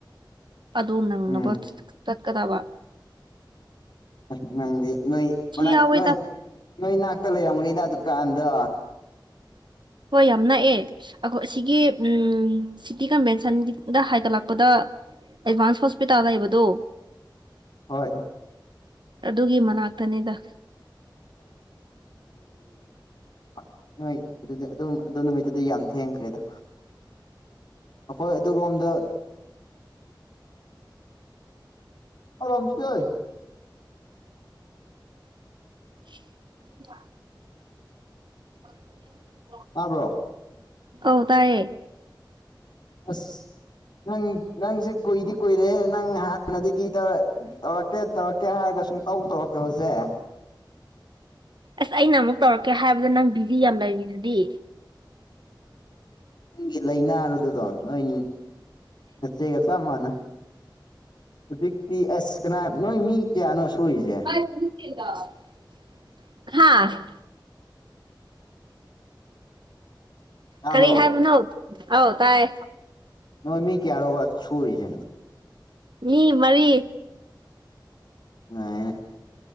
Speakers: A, on the right (about 70°); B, on the left (about 65°).
A: ꯑꯗꯨ ꯅꯪꯅꯕ
B: ꯎꯝ
A: ꯇꯠ ꯀꯗꯥꯕ
B: ꯑꯁ ꯅꯪꯗꯤ ꯅꯣꯏ ꯃꯅꯥꯛ
A: ꯌꯥꯎꯋꯦꯗ
B: ꯅꯣꯏ ꯅꯣꯏ ꯅꯥꯛꯇ ꯂꯩꯔꯝꯒꯅꯤꯗ ꯑꯗꯨꯝ ꯀꯥꯟꯗ
A: ꯍꯣꯏ ꯌꯥꯝ ꯅꯛꯑꯦ ꯑꯈꯣ ꯑꯁꯤꯒꯤ ꯁꯤꯇꯤ ꯀꯟꯚꯦꯟꯁꯟꯒꯤꯗ ꯍꯥꯏꯒꯠꯂꯛꯄꯗ ꯑꯦꯗꯚꯥꯟꯁ ꯍꯣꯁꯄꯤꯇꯥꯜ ꯂꯩꯕꯗꯣ
B: ꯍꯣꯏ
A: ꯑꯗꯨꯒꯤ ꯃꯅꯥꯛꯇꯅꯤꯗ
B: ꯑ ꯅꯣꯏ ꯑꯗꯨꯗꯤ ꯑꯗꯨꯝ ꯑꯗꯨ ꯅꯨꯃꯤꯠꯇꯗꯤ ꯌꯥꯝ ꯊꯦꯡꯈ꯭ꯔꯦꯗ ꯑꯩꯈꯣꯏ ꯑꯗꯨꯔꯣꯝꯗ ꯑ ꯔꯝ ꯖꯤ ꯇꯦ ꯍ
A: <inaudible>
B: ꯇꯥꯕ꯭ꯔꯣ
A: ꯑꯧ ꯇꯥꯏꯌꯦ
B: ꯑꯁ ꯅꯪ ꯅꯪꯁꯦ ꯀꯨꯏꯗꯤ ꯀꯨꯏꯔꯦꯍꯦ ꯅꯪ ꯍꯥꯟꯅꯗꯒꯤ ꯇꯧꯔꯛ ꯇꯧꯔꯛꯀꯦ ꯇꯧꯔꯛꯀꯦ ꯍꯥꯏꯔꯒ ꯁꯨꯡꯇꯧ ꯇꯧꯔꯛꯇꯕꯖꯦ
A: ꯑꯁ ꯑꯩꯅ ꯑꯃꯨꯛ ꯇꯧꯔꯛꯀꯦ ꯍꯥꯏꯕꯗ ꯅꯪ ꯕꯤꯖꯤ ꯌꯥꯝ ꯂꯩꯔꯤꯗꯨꯗꯤ
B: ꯅꯪꯒꯤ ꯂꯥꯏꯅꯥꯔꯨꯗꯨꯗꯣ ꯅꯣꯏ ꯅꯠꯆꯦꯒ ꯆꯞ ꯃꯥꯟꯅꯩ ꯍꯧꯖꯤꯛꯇꯤ ꯑꯁ ꯀꯅꯥ ꯅꯣꯏ ꯃꯤ ꯀꯌꯥꯅꯣ ꯁꯨꯔꯤꯁꯦ
A: <unintelligible> ꯍꯥ
B: ꯇꯥꯕ꯭ꯔꯣ
A: ꯀꯔꯤ ꯍꯥꯏꯕꯅꯣ ꯑꯥꯎ ꯇꯥꯏ
B: ꯅꯣꯏ ꯃꯤ ꯀꯌꯥꯔꯣꯕ ꯁꯨꯔꯤꯖꯦ
A: ꯃꯤ ꯃꯔꯤ
B: ꯅꯩꯑꯦꯅꯦ